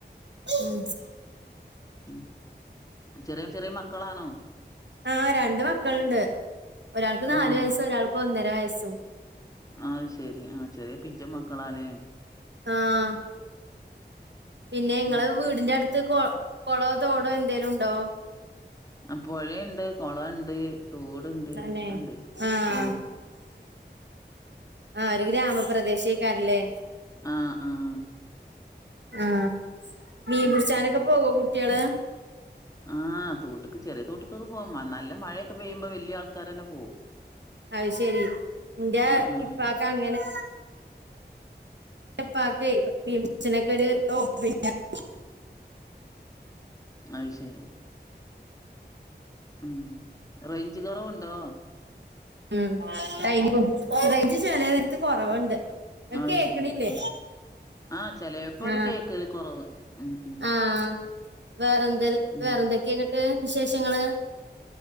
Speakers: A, on the right; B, on the left.
A: ഉം
B: <unintelligible> ചെറിയ ചെറിയ മക്കളാണോ
A: ആ രണ്ട് മക്കള്ണ്ട് ഒരാൾക്ക് നാല്
B: ആഹ്
A: വയസ്സും ഒരാൾക്കൊന്നര വയസ്സും
B: ആത്ശെരി ആ ചെറിയ പിഞ്ച് മക്കളാലേ
A: ആഹ് പിന്നെ ഇങ്ങളെ
B: അത്
A: വീടിന്റെടുത്ത്
B: ശരി
A: കൊ കൊളോ തോടോ എന്തേലുണ്ടോ
B: അ പൊഴേണ്ട് ണ്ട് കോളണ്ട് തോട്ണ്ട്
A: തന്നെ
B: ഒക്ക ഉണ്ട്
A: ആഹ്
B: ആ
A: ആ ഒരു ഗ്രാമപ്രദേശേക്കാറല്ലേ
B: ആഹ ആഹ
A: ആ മീം
B: ആഹ്
A: പിടിച്ചാനൊക്കെ
B: ശരി
A: പോവോ കുട്യാള്
B: ആഹ് തോട്ടുക്ക് ചെറിയ തോട്ടക്കൊക്കെ പോക നല്ല മഴയൊക്കെ പെയ്യുമ്പോ വലിയ ആൾക്കാര തന്നെ പോകും
A: അത് ശെരി ന്റെ
B: ആഹ്
A: ഇപ്പക്കെ അങ്ങനെറെ ന്റപ്പാക്ക് പിന്നെ <unintelligible>
B: അത് ശരി ഉം റേഞ്ച് കുറവുണ്ടോ
A: ഉം <unintelligible> ചേലെ നേരത്ത് കൊറവുണ്ട്
B: അത്
A: കേക്കണില്ലേ
B: ശരി ആഹ് ആഹ് ചെലേപ്പോ
A: ആഹ
B: ഒരു കേക്കല് കൊറവ് ഉം ഉം
A: ആഹ വേറെന്ത
B: ഉം
A: വേറെ എന്തൊക്കെയ ഇങ്ങിട്ട് വിശേഷങ്ങള്